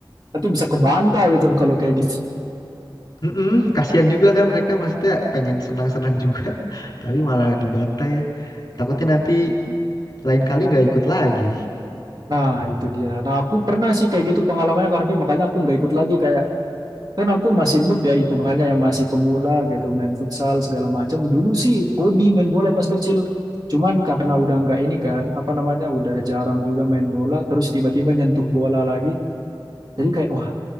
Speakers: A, on the right; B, on the left.
A: Nanti bisa kebanta gitu kalau kayak gitu.
B: Mm-mm, kasihan juga kan mereka maksudnya pengen senang-senang juga, <laughs> tapi malah dibantai. Takutnya nanti lain kali nggak ikut lagi.
A: Nah itu dia. Nah aku pernah sih kayak gitu pengalamannya Karvi, makanya aku nggak ikut lagi kayak kan aku masih noob ya hitungannya ya masih pemula gitu main futsal segala macam. Dulu sih hobi main bola pas kecil. Cuman karena udah nggak ini kan, apa namanya, udah jarang juga main bola, terus tiba-tiba nyentuh bola lagi. Jadi kayak, wah